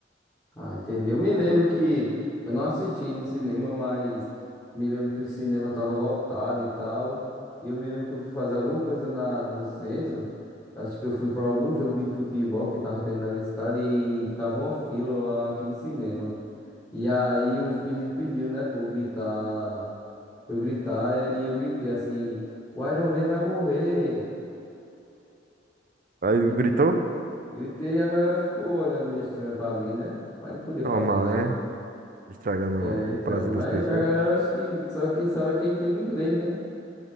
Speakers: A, on the left; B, on the right.
A: Ah, entendi. Eu me lembro que eu não assisti no cinema, mas me lembro que o cinema tava lotado e tal. E eu me lembro que eu fui fazer alguma coisa na, no centro. Acho que eu fui pra algum jogo de futebol que tava tendo na minha cidade e, aí tava uma fila lá aqui no cinema. E aí os meninos pediu, né, pra eu gritar, pra eu gritar e eu gritei assim, o Iron Man vai morrer.
B: Aí
A: E
B: gritou?
A: gritei e a galera ficou olhando meio estranho pra mim, né? Mas não podia
B: Normal,
A: fazer nada.
B: né? Estragando
A: É, então,
B: o prazer
A: mas
B: das pessoas.
A: a galera acho que só quem sabe é quem entende inglês, né?